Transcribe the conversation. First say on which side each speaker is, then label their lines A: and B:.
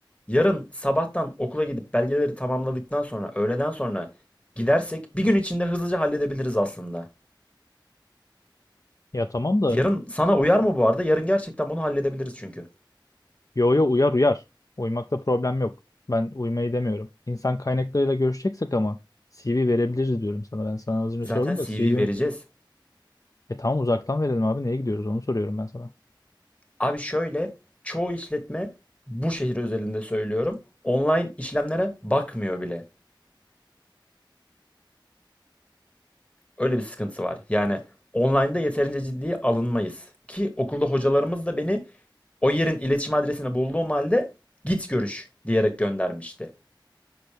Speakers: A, on the left; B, on the left.
A: Yarın sabahtan okula gidip belgeleri tamamladıktan sonra öğleden sonra gidersek bir gün içinde hızlıca halledebiliriz aslında.
B: Ya tamam da
A: Yarın sana uyar mı bu arada? Yarın gerçekten bunu halledebiliriz çünkü.
B: yo'ya uyar uyar. Uymakta problem yok. Ben uymayı demiyorum. İnsan kaynaklarıyla görüşeceksek ama CV verebiliriz diyorum sana. Ben sana az önce
A: Zaten
B: sordum da CV'm...
A: CV vereceğiz.
B: E tamam uzaktan verelim abi neye gidiyoruz onu soruyorum ben sana.
A: Abi şöyle çoğu işletme bu şehir özelinde söylüyorum. Online işlemlere bakmıyor bile. Öyle bir sıkıntı var. Yani online'da yeterince ciddiye alınmayız. Ki okulda hocalarımız da beni o yerin iletişim adresini bulduğum halde git görüş diyerek göndermişti.